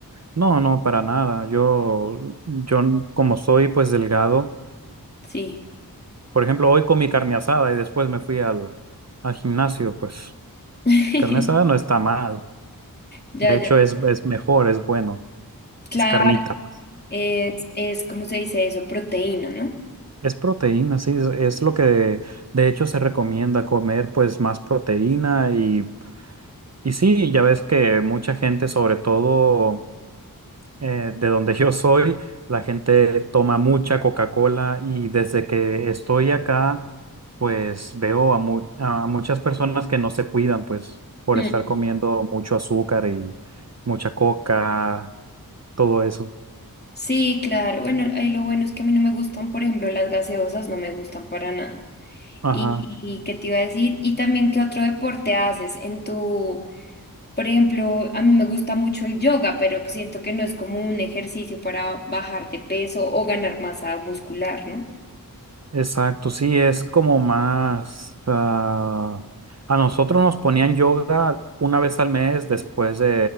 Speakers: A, on the right; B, on the left.
A: no, no, para nada. Yo, yo como soy pues delgado,
B: Sí.
A: por ejemplo, hoy comí carne asada y después me fui al, al gimnasio, pues
B: <laughs>
A: carne asada no está mal.
B: Ya,
A: De hecho,
B: ya.
A: es, es mejor, es bueno.
B: Claro.
A: Es carnita, pues.
B: Es, es, ¿cómo se dice eso? Proteína, ¿no?
A: Es proteína, sí, es, es lo que de hecho se recomienda comer, pues más proteína y, y sí, ya ves que mucha gente, sobre todo eh, de donde <laughs> yo soy, la gente toma mucha Coca-Cola y desde que estoy acá, pues veo a, mu- a muchas personas que no se cuidan, pues por
B: Mm.
A: estar comiendo mucho azúcar y mucha coca, todo eso.
B: Sí, claro. Bueno, ahí lo bueno es que a mí no me gustan, por ejemplo, las gaseosas no me gustan para nada.
A: Ajá.
B: ¿Y, y qué te iba a decir? Y también, ¿qué otro deporte haces en tu, por ejemplo, a mí me gusta mucho el yoga, pero siento que no es como un ejercicio para bajar de peso o ganar masa muscular, ¿no?
A: Exacto, sí, es como más... ah, a nosotros nos ponían yoga una vez al mes después de,